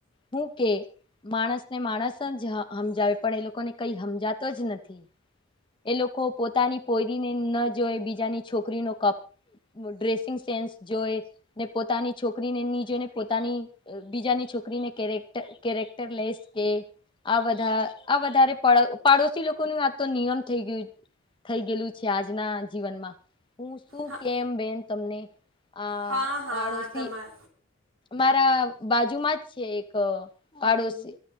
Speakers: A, on the left (about 25°); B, on the right (about 75°).
A: હું કે માણસને માણસ જ હા હમજાવે પણ એ લોકોને કઈ હમજાતું જ નથી. એ લોકો પોતાની પોઈરીને ન જોય બીજાની છોકરીનો કપ ડ્રેસિંગ સેન્સ જોય ને પોતાની છોકરીને ની જોઈ ને પોતાની બીજાની છોકરીને કેરેક્ટર કેરેક્ટર લઈશ કે આ વધા આ વધારે પા પાડોશી લોકોનું આ તો નિયમ થઈ ગયું થઈ ગયેલું છે આજના જીવનમાં, હું શું
B: હા
A: કેમ બેન તમને. આ
B: હા હા
A: પાડોશી
B: તમા
A: મારા બાજુમાં જ છે એક પાડોશી